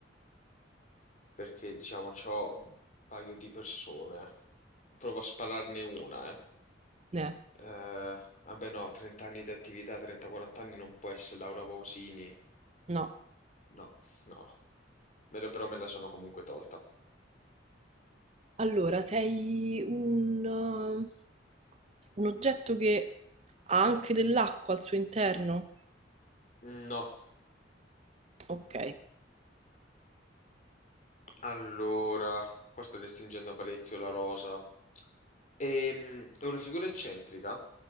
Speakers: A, on the left; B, on the right.
A: perché diciamo c'ho un paio di persone. Provo a spararne una, eh.
B: Eh,
A: Eh, vabbè no, 30 anni di attività, 30-40 anni non può essere Laura Pausini.
B: no.
A: No, no, no. Me la- Però me la sono comunque tolta.
B: Allora, sei un, uh, un oggetto che ha anche dell'acqua al suo interno?
A: No,
B: Ok.
A: allora, qua sto restringendo parecchio la rosa. Ehm, è una figura eccentrica?